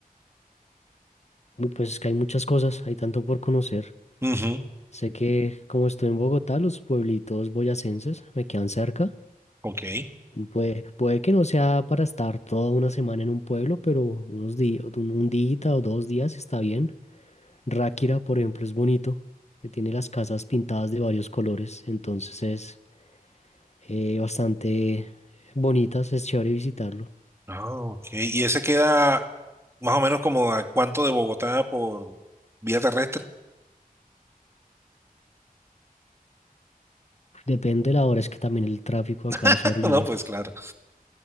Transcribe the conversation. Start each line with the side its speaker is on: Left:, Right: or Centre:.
Left: Uy, Pues es que hay muchas cosas, hay tanto por conocer.
Right: Ujú,
Left: Sé que como estoy en Bogotá, los pueblitos boyacenses me quedan cerca.
Right: Ok.
Left: Puede, puede que no sea para estar toda una semana en un pueblo, pero unos días, un, un día o dos días está bien. Ráquira, por ejemplo, es bonito, que tiene las casas pintadas de varios colores, entonces es eh, bastante bonitas, es chévere visitarlo.
Right: Ah, ok. ¿Y ese queda más o menos como a cuánto de Bogotá por vía terrestre?
Left: Depende de la hora, es que también el tráfico acá
Right: <laughs>
Left: es horrible,
Right: No, pues claro.